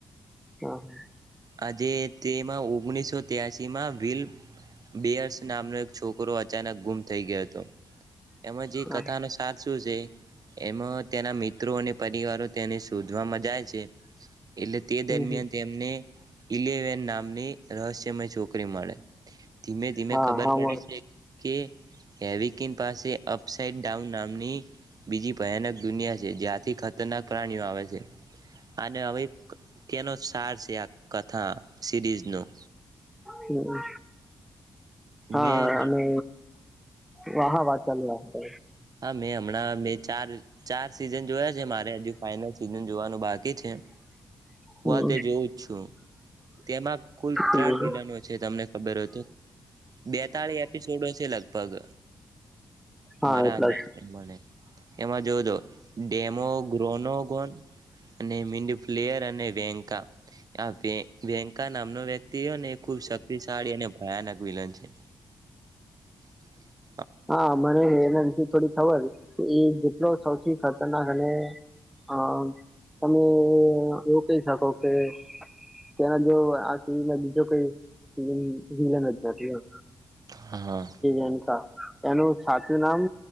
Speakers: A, in the centre; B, on the right.
A: હા.
B: આજે તેમાં ઓગણીસો ત્યાસીમા વિલ બયર્સ નામનો એક છોકરો અચાનક ગુમ થઈ, ગયો હતો. એમજ, એ
A: હા
B: કથાનોો સાથ. એમાં તેના મિત્રો, અને પરિવારો તેને શોધવા મજાય છે. એટલે, તે દરમિયાન
A: હમ
B: તેમને. ઇલેવન નામની રહસ્યમય, છોકરી મળે. ધીમે, ધીમે
A: હા
B: ખબર
A: હા
B: પડે
A: મળે.
B: છે. કે એવીિક. પાસે અપ સાઇડ, ડાઉન નામની બીજી ભયાનક. દુનિયા છે, જ્યાંથી ખતરનાક પ્રાણીઓ આવે છે, અને હવે તેનો સાર છે, આ કથા સિરીઝનું.
A: હમ હા,
B: મેં
A: અને હાહા, વાત ચાાલુ રાખો.
B: હમણાં, ચાર ચાર. સિઝન જોયા છે મારે હજુ ફાઈનલ સીઝન જોવાનું બાકી છે હું
A: હમ
B: કાલ તે જોવું જ છું તેમાં કુલ ત્રણ
A: હમ. હમ.
B: વિલનો છે તમને ખબર તો બેતાલીસ એપિસોડો છે લગભગ
A: હા
B: મારા
A: એટલા જ
B: <inaudible> મને એમાં જોજો ડેમો ગ્રોનોગન અને મીંડ પ્લેયર અને વેંકા આ વ વેંકા નામનો વ્યક્ તેઓ ને ખુબ શક્તિશાળી અને ભયાનક વિલન છે <unintelligible>
A: હા મને એના <unintelligible> થોડી થવા દે તો એ જેટલો સૌથી <unintelligible> તના અને અ અમે એવું કહી શકો કે ત્યાના જો આ સ બીજો કોઈ સ વિલન જ નથી એમ
B: હા હા
A: એ જનતા એનું સાચું નામ